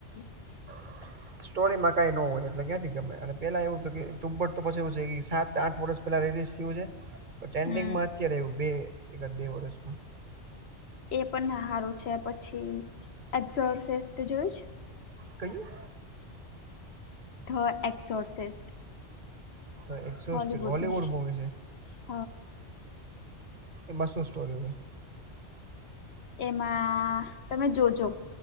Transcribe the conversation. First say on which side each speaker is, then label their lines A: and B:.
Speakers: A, on the left; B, on the right.
A: <inaudible>
B: <inaudible> સ્ટોરીમાં કાંઈ ન હોય એટલે ક્યાંથી ગમે અને પેલા એવું હત તુંબટ તો પછી એવું છે કે સાત આઠ વર્ષ પે રિલીઝ થયું ટ્રેડિંગ
A: હમ
B: માં અત્યારે આયુ બે એકાદ બે વર્ષમાં
A: એ પણ સારું છે પછી <inaudible> જોયું
B: કયું
A: ધ એક્સોર્સેસ્ટ
B: તો એક્ઝોસ્ટ
A: હોલીવુડ નું
B: મૂવી છે
A: હ
B: એમાં શું સ્ટોરી હોય
A: એમાં તમે જોજો